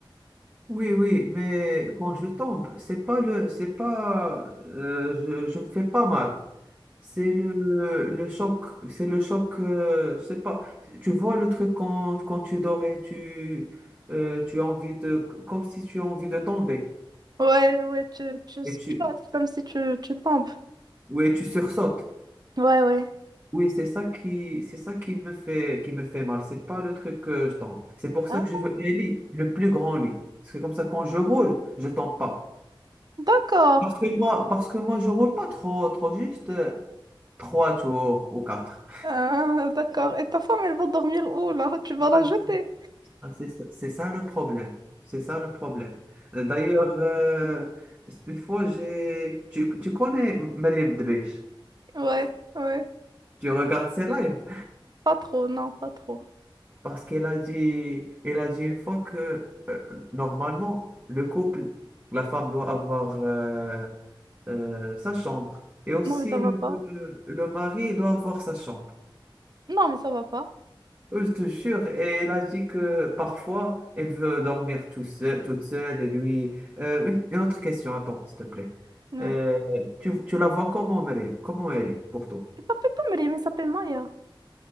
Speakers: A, on the right; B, on the right.
A: Oui, oui, mais quand je tombe, c'est pas le, c'est pas, euh, je, je me fais pas mal. C'est le, le choc, c'est le choc, euh, c'est pas, tu vois le truc quand, quand tu dors et tu, euh, tu as envie de, comme si tu as envie de tomber
B: Ouais, ouais, tu, tu squattes
A: et tu,
B: comme si tu, tu tombes.
A: ouais, tu sursautes.
B: Ouais, ouais.
A: Oui, c'est ça qui, c'est ça qui me fait, qui me fait mal. C'est pas le truc que je tombe. C'est pour ça
B: Ah,
A: que je veux un lit, le plus grand lit. Parce que comme ça, quand je roule, je tombe pas.
B: d'accord.
A: Parce que moi, parce que moi, je roule pas trop, trop juste euh, trois tours ou quatre.
B: Ah, d'accord. Et ta femme, elle va dormir où là? Tu vas la
A: Ah,
B: jeter.
A: C'est ah, c'est ça c'est ça le problème. C'est ça le problème. Euh, D'ailleurs, euh, une fois, j'ai... Tu, tu connais Mariam Debech?
B: Ouais, ouais.
A: Tu regardes ses lives?
B: Pas trop, non, pas trop.
A: Parce qu'elle a dit, elle a dit une fois que euh, normalement, le couple, la femme doit avoir euh, euh, sa chambre. Et aussi,
B: Non, mais ça va
A: le
B: pas.
A: le mari doit avoir sa chambre.
B: Non, mais ça va pas.
A: Oui, Je te jure, et elle a dit que parfois elle veut dormir tout seul- toute seule. Et lui, Euh, une, une autre question, attends, s'il te plaît.
B: Ouais.
A: Euh, tu, tu la vois comment, Mariam? Comment elle est pour toi?
B: elle s'appelle pas Maria, mais s'appelle Maya.